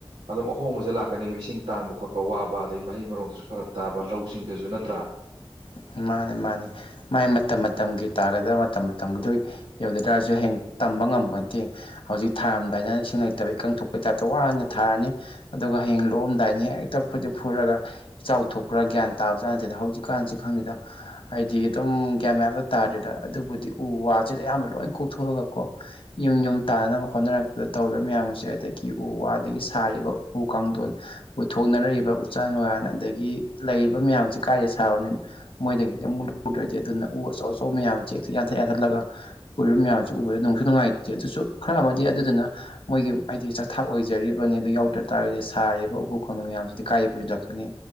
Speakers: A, on the right; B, on the left.
A: ꯑꯗꯨꯝ ꯑꯍꯣꯡꯕꯁꯦ ꯂꯥꯛꯀꯅꯦꯕ ꯏꯁꯤꯡ ꯇꯥꯡꯕ ꯈꯣꯠꯄ ꯋꯥꯕ ꯑꯗꯩ ꯃꯍꯩ ꯃꯔꯣꯡꯗꯁꯨ ꯐꯔꯛ ꯇꯥꯕ ꯂꯧꯁꯤꯡꯗꯁꯨ ꯅꯠꯇ꯭꯭ꯔꯥ
B: <inaudible> ꯃꯥꯅꯤ ꯃꯥꯅꯤ ꯃꯥꯥꯏ ꯃꯇꯝ ꯃꯇꯝꯒꯤ ꯇꯥꯒꯗ ꯃꯇꯝ ꯃꯇꯝꯒꯤꯗꯣ ꯌꯧꯗ ꯇꯥꯔꯁꯨ ꯍꯌꯦꯡ ꯇꯝꯕ ꯉꯝꯕ ꯅꯠꯇꯦ ꯍꯧꯖꯤꯛ ꯊꯥꯔꯝꯗꯥꯏꯅ ꯏꯁꯤꯡ ꯂꯩꯇꯕ ꯏꯀꯪ ꯊꯣꯛꯄꯒꯤ ꯇꯥꯏꯞꯇ ꯋꯥꯅ ꯊꯥꯔꯅꯤ ꯑꯗꯨꯒ ꯍꯌꯦꯡ ꯂꯣꯛꯑꯝꯗꯥꯏꯅ ꯍꯦꯛꯇ ꯐꯨꯗꯤ ꯐꯨꯔꯒ ꯏꯆꯥꯎ ꯊꯣꯛꯄꯔ ꯒ꯭ꯌꯥꯟ ꯇꯥꯕꯖꯠ ꯅꯠꯇꯦꯗ ꯍꯧꯖꯤꯛꯀꯥꯟꯁꯤ ꯈꯪꯗꯦꯗ ꯍꯥꯏꯗꯤ ꯑꯗꯨꯝ ꯒ꯭ꯌꯥꯟ ꯃꯌꯥꯝꯗ ꯇꯥꯗ꯭ꯔꯦꯗ ꯑꯗꯨꯕꯨꯗꯤ ꯎ ꯋꯥꯁꯤꯗ ꯑꯌꯥꯝꯕ ꯂꯣꯏ ꯀꯣꯛꯊꯣꯛꯑꯒ ꯀꯣ ꯌꯨꯝ ꯌꯨꯝ ꯇꯥꯟꯅꯅꯕ ꯍꯣꯠꯅꯔꯛꯄꯗ ꯇꯧꯔꯤꯕ ꯃꯌꯥꯝꯁꯦ ꯑꯗꯒꯤ ꯎ ꯋꯥꯗꯒꯤ ꯁꯥꯔꯤꯕ ꯎ ꯎ ꯀꯥꯡꯊꯣꯟ ꯄꯨꯊꯣꯛꯅꯔꯛꯔꯤꯕ ꯎꯆꯥꯟ ꯃꯉꯥꯟ ꯑꯗꯒꯤ ꯂꯩꯔꯤꯕ ꯃꯌꯥꯝꯁꯦ ꯀꯥꯏꯗ ꯁꯥꯕꯅꯤ ꯃꯣꯏꯗꯒꯤꯗꯤ ꯑꯃꯨꯛ ꯂꯧꯗ꯭ꯔꯗꯤ ꯑꯗꯨꯅ ꯎ ꯑꯆꯧ ꯑꯆꯧꯕ ꯃꯌꯥꯝꯁꯦ ꯍꯦꯛꯇ ꯌꯥꯟꯊꯠ ꯌꯥꯟꯊꯠꯂꯒ ꯄꯨꯔꯤꯕ ꯃꯌꯥꯝꯁꯦ ꯎ ꯎ ꯅꯨꯡꯁꯨ ꯅꯨꯡꯉꯥꯏꯇꯦ ꯑꯗꯨꯁꯨ ꯈꯔ ꯑꯃꯗꯤ ꯑꯗꯨꯗꯨꯅ ꯃꯣꯏꯒꯤ ꯍꯥꯏꯗꯤ ꯆꯥꯛꯊꯥꯛ ꯑꯣꯏꯖꯔꯤꯕꯅꯦ ꯑꯗꯨ ꯌꯥꯎꯗ꯭ꯔ ꯇꯥꯔ ꯍꯥꯏꯗꯤ ꯁꯥꯔꯤꯕ ꯎꯄꯨ ꯀꯥꯡꯊꯣꯟ ꯃꯌꯥꯝꯁꯤꯗꯤ ꯀꯥꯏꯗꯩ ꯄꯨꯁꯤꯜꯂꯛ ꯀꯅꯤ